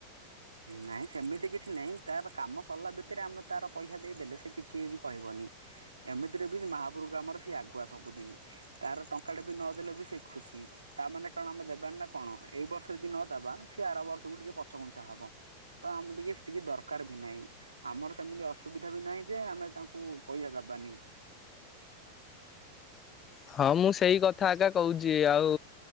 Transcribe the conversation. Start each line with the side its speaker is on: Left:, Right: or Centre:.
Right: ନାଇଁ ସେମିତି କିଛି ନାଇଁ ତାର କାମ ସରିଲା ଭିତରେ ଆମେ ତାର ପଇସା ଦେଇଦେଲେ ସେ କିଛି ବି କହିବନି ଏମିତିରେ ବି ମହାପୁରୁକୁ ଆମର ସିଏ ଆଗୁଆ ସବୁଦିନ। ତାର ଟଙ୍କା ଟା ବି ନଦେଲେ ବି ସେ ଖୁସି। ତା ମାନେ କାରଣ ଆମେ ଦେବାନି ନା କଣ ଏଇ ବର୍ଷ ଯଦି ନଦବା ସିଏ ଆର ବର୍ଷକୁ ଟିକେ ପଛଘୁଞ୍ଚା ହବ। ତ ଆମ ଟିକେ ସେତିକି ଦରକାର ବି ନାହିଁ। ଆମର ସେମିତି ଅସୁବିଧା ବି ନାହିଁ ଯେ ଆମେ ତାଙ୍କୁ ପଇସା ଦବାନି।
Left: ହଁ ମୁଁ ସେଇ କଥା ଏକା କହୁଛି ଆଉ